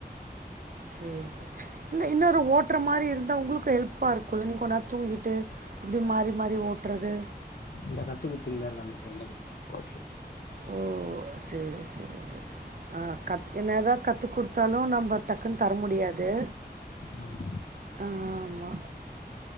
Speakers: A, on the right; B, on the left.
A: சேரி சேரி இல்ல இன்னொரு ஓட்டுற மாரி இருந்தா உங்களுக்கு ஹெல்ப்பா இருக்குல்ல நீங்க கொன் நேரோ தூங்கிட்டு அப்டி மாறி மாறி ஓட்றது
B: இந்தா கத்து குத்துந்தாருக்கு அந்த பையனுக்கு ஓட்றதுக்
A: ஓ செரி செரி செரி ஹ கத் என்னதா கத்து குடுத்தாலு நம்ப டக்குன்னு தர முடியாது
B: ஆமா
A: ஆமா